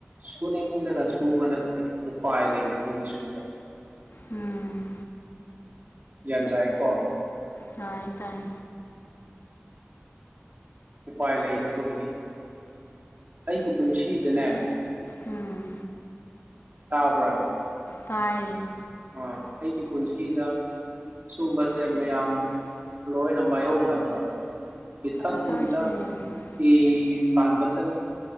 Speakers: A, on the right; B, on the left.
A: ꯁꯨꯅꯤꯡꯗꯅ ꯁꯨꯕ ꯅꯠꯇꯦ ꯎꯄꯥꯏ ꯂꯩꯇꯕꯒꯤ ꯁꯨꯕ
B: ꯎꯝ
A: ꯌꯥꯟ ꯆꯥꯏ ꯀꯣ
B: ꯇꯥꯏ ꯇꯥꯏ
A: ꯎꯄꯥꯏ ꯂꯩꯇꯕꯒꯤꯅꯤ ꯑꯩꯒꯤ ꯄꯨꯟꯁꯤꯗꯅꯦ
B: ꯎꯝ
A: ꯇꯥꯕꯔꯥ
B: ꯇꯥꯏꯌꯦ
A: ꯑ ꯑꯩꯒꯤ ꯄꯨꯟꯁꯤꯗ ꯁꯨꯝꯕꯁꯦ ꯃꯌꯥꯝ ꯂꫭꯏꯅ ꯃꯥꯏꯌꫭꯛꯅꯈꯔꯕꯅꯦ ꯏꯊꯟꯇꯥ
B: ꯑꯩꯈꯣꯏꯁꯨꯅꯤ
A: ꯏ ꯐꯥꯟꯕ ꯆꯠꯂꯦ